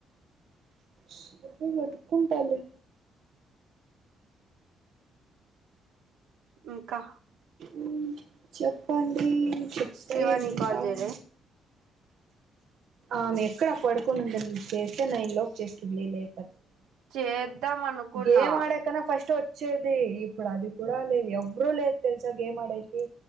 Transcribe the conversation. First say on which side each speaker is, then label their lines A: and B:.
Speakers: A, on the right (about 70°); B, on the right (about 85°).
A: సరే వెత్కుంటాలే
B: ఇంకా
A: ఉమ్ చెప్పండి చెప్తే
B: శ్రీవాని
A: వింటాం
B: కాల్ చెయలే
A: ఆమె ఎక్కడ పడుకొనీంటది చేస్తే నైన్ లోపు చేస్తుంది లేక
B: చేద్దాం అనుకున్నా
A: గేమ్ ఆడేకన్న ఫస్ట్ వచ్చేది ఇప్పుడు అది కూడా ఆ లేద్ ఎవ వృ లేరు తెల్సా గేమ్ ఆడేకి